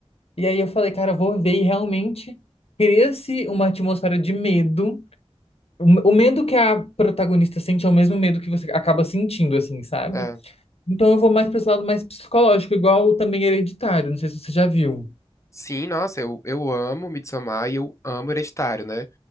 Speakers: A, on the left (about 65°); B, on the left (about 25°).
A: e aí eu falei, cara, eu vou ver, e realmente cria-se uma atmosfera de medo o o medo que a protagonista sente é o mesmo medo que você acaba sentindo, assim, sabe?
B: é.
A: Então eu vou mais para esse lado mais psicológico, igual também Hereditário, não sei se você já viu.
B: Sim, nossa, eu, eu amo Midsommar e eu amo Hereditário, né?